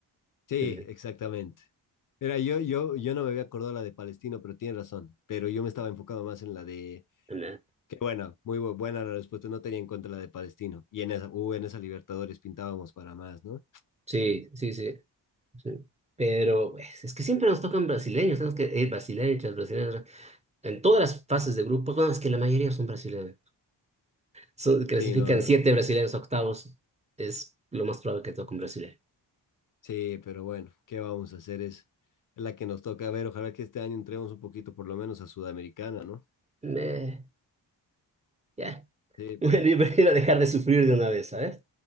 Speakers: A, on the left; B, on the right.
A: Sí,
B: Sí,
A: exactamente. Era yo, yo, yo no me había acordado la de Palestino, pero tienes razón. Pero yo me estaba enfocado más en la de,
B: en la-
A: que bueno, muy bu- buena la respuesta, no tenía en cuenta la de Palestino. Y en esa, uh, en esa Libertadores pintábamos para más, ¿no?
B: Sí, sí, sí. Sí. Pero pues, es que siempre nos tocan brasileños, tenemos que ir brasileños, brasileños, en todas las fases de grupos, bueno, es que la mayoría son brasileños. So- clasifican
A: Sí, no, no.
B: siete brasileños a octavos, es lo más probable que toque un brasileño.
A: sí, pero bueno, ¿qué vamos a hacer? Es, es la que nos toca ver. Ojalá que este año entremos un poquito, por lo menos, a Sudamericana, ¿no?
B: Me- ya. <laughs>
A: Sí,
B: Bueno,
A: pero,
B: yo prefiero dejar de sufrir de una vez, ¿sabes?